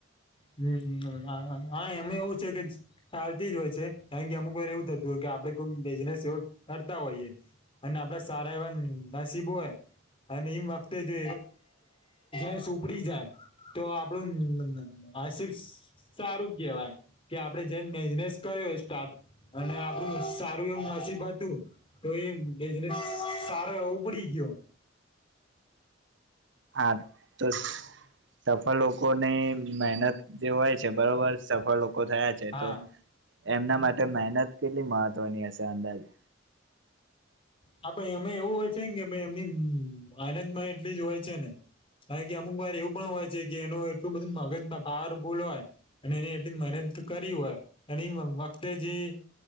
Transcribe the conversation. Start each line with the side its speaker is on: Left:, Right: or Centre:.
Left: હમ હા એમે એવું છે કે ચાલતી જ હોય છે આ કે અમુક વાર એવું થતું હો આપ કોઈક બિઝનેસ એ કરતા હોઈએ અને આપડ સારા એવા નસીબો હોય અને એમ વખતે જો એસ ઉપડી જાય તો આપડું આસિર્ સારું કેવાય કે આપડે જેમ બિઝનેસ કર્યો સ્ટાર્ટ અને આપડું સારું એવું <unintelligible> હતું તો એને સારો એ ઉપડી ગયો
Right: હા તો સફળ લોકોને મહેનત જે હોય છે બરોબર સફળ લોકો થયા છે
Left: હા
Right: તો એમના માટે મહેનત કેટલી મહત્વની હશે અંદાજે
Left: હા પણ એમે એવું હોય છે ને કે ભ એમની આનંદમાં એટલી જ હોય છે ને કારણ કે અમુક વાર એવું પણ હોય છે કે એનું એટલું બધું મગજમાં ભાર ભૂલ હોય અને એને એટલી મહેનત કર હોય એની વખતે જે